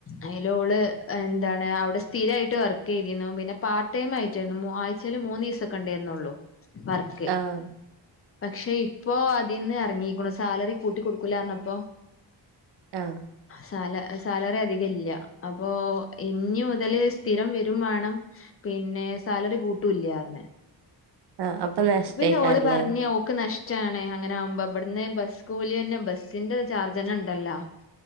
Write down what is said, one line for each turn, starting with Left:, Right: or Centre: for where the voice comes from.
Left: അയല് ഓള് എന്താണ് അവിടെ സ്ഥിരയിട്ട് വർക്ക് ചെയ്തിരുന്നു പിന്നെ പാർട്ട് ടൈം ആയിട്ടായിരുന്നു മു ആഴ്ച്ചയില് മൂന്ന് ദിവസ ക്കണ്ടേ ന്നുള്ളു വർക്ക്
Right: ആഹ്
Left: പക്ഷെ ഇപ്പോ അതിന്ന് ഇറങ്ങിക്കുണു സാലറി കൂട്ടി കൊടുക്കൂലാന്ന് പ്പോ
Right: ആഹ്
Left: സാല സാലറി അധിക ഇല്ല ഓഹ് ഇഞ്ഞി മുതല് സ്ഥിരം വരും വാണം പിന്നെ സാലറി കൂട്ടൂല്യറിഞ്ഞേ
Right: ആഹ് നഷ്ട്ടേക്കാരല്ലേ?
Left: അപ്പൊ പിന്നെ ഓള് പറഞ്ഞേ ഓ ക്ക് നഷ്ടാണേ അങ്ങനെ ആകുമ്പോ ഇവിടെന്നേ ബസ് കൂലി തന്നെ ബസ്സിന്റെ ചാർജ് തന്നെ ഉണ്ടല്ലോ <inaudible>